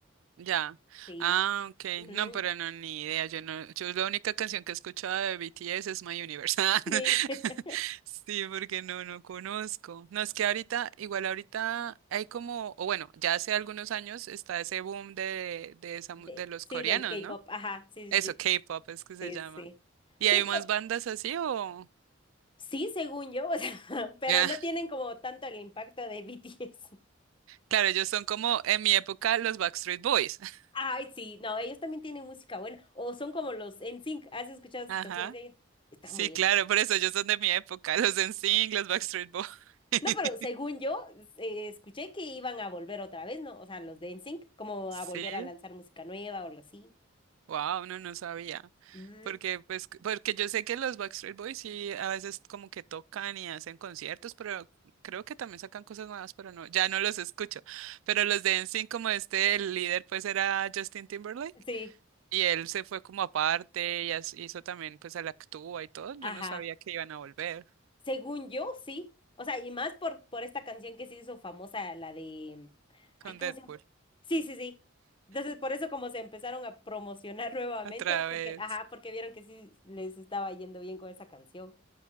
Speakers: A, on the right; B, on the left.
A: Ya.
B: Sí.
A: Ah, ok.
B: Ujú,
A: No, pero no, ni idea. Yo no, yo la única canción que he escuchado de BTS es My Universe. <laughs>
B: Sí. <laughs>
A: Sí, porque no, no conozco. No, es que ahorita, igual ahorita hay como, o bueno, ya hace algunos años está ese boom de, de, esa mu-
B: De,
A: de los
B: sí,
A: coreanos,
B: del K-pop,
A: ¿no?
B: ajá, sí,
A: Eso,
B: sí,
A: K-pop es que se
B: sí,
A: llama.
B: sí, sí.
A: ¿Y
B: Sí,
A: hay
B: pero
A: más bandas así o...?
B: sí, según yo, o sea, <laughs> pero
A: Ah,
B: no tienen como tanto el impacto de BTS.
A: claro, ellos son como en mi época los Backstreet Boys. <laughs>
B: Ay, sí, no, ellos también tienen música buena, o son como los NSYNC, ¿has escuchado
A: Ajá.
B: sus canciones de ellos? Está
A: Sí,
B: muy buena.
A: claro, por eso ellos son de mi época, los NSYNC, los Backstreet Boys. <laughs>
B: No, pero según yo, eh, escuché que iban a volver otra vez, ¿no? O sea, los de NSYNC, como
A: Sí,
B: a volver a lanzar música nueva o algo así.
A: wow, no, no sabía.
B: Mm,
A: Porque, pues, c- porque yo sé que los Backstreet Boys sí a veces como que tocan y hacen conciertos, pero creo que también sacan cosas nuevas, pero no, ya no los escucho. Pero los de NSYNC, como este, el líder, pues era Justin Timberlake,
B: Sí,
A: y él se fue como aparte y as- hizo también, pues, a la actúa y todo. Yo
B: ajá.
A: no sabía que iban a volver
B: Según yo, sí. O sea, y más por, por esta canción que se hizo famosa, la de...
A: con
B: Ay, ¿cómo
A: Deadpool
B: se llama? Sí, sí, sí. Entonces, por eso como se empezaron a promocionar <laughs> nuevamente,
A: otra
B: porque,
A: vez.
B: ajá, porque vieron que sí les estaba yendo bien con esa canción,